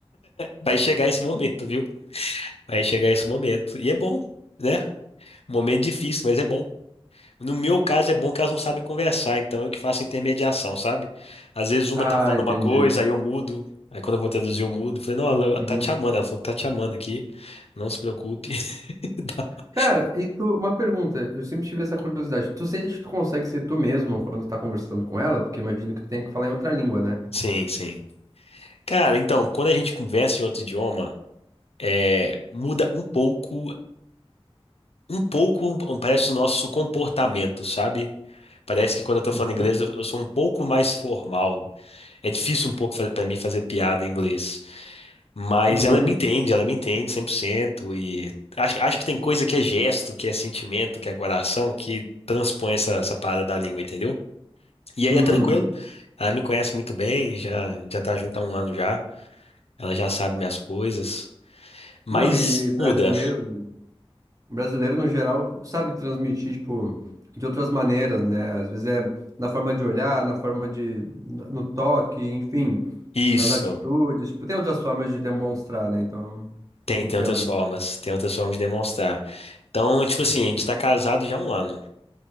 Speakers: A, on the left; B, on the right.
A: Vai chegar esse momento, viu? Vai chegar esse momento. E é bom, né? Momento difícil, mas é bom. No meu caso, é bom que elas não sabem conversar, então eu que faço intermediação, sabe? Às vezes uma
B: Ah,
A: tá falando
B: entendi.
A: uma coisa, aí eu mudo. Aí quando eu vou traduzir, eu mudo. Falei, não, ela
B: Uhum.
A: tá te amando. Ela falou que tá te amando aqui. Não se preocupe. <laughs>
B: Cara, e tu, uma pergunta, eu sempre tive essa curiosidade. Tu sente que tu consegue ser tu mesmo quando tu tá conversando com ela? Porque imagino que tu tenha que falar em outra língua, né?
A: Sim, sim. Cara, então, quando a gente conversa em outro idioma, é, muda um pouco um pouco, parece o nosso comportamento, sabe? Parece que quando eu tô
B: Uhum.
A: falando inglês, eu eu sou um pouco mais formal. É difícil um pouco para mim fazer piada em inglês. Mas
B: Uhum.
A: ela me entende, ela me entende cem por cento E acho, acho que tem coisa que é gesto, que é sentimento, que é coração, que transpõe essa, essa parada da língua, entendeu? E aí
B: Uhum.
A: é tranquilo. Ela me conhece muito bem, já, já tá junto há um ano já. Ela já sabe minhas coisas. Mas
B: Não, e brasileiro,
A: muda.
B: brasileiro no geral sabe transmitir, tipo, de outras maneiras, né? Às vezes é na forma de olhar, na forma de, no toque, enfim,
A: Isso.
B: nas atitudes. Tipo, tem outras formas de demonstrar, né? Então,
A: Tem,
B: entendo.
A: tem outras formas, tem outras formas de demonstrar. Então, tipo assim, a gente tá casado já há um ano.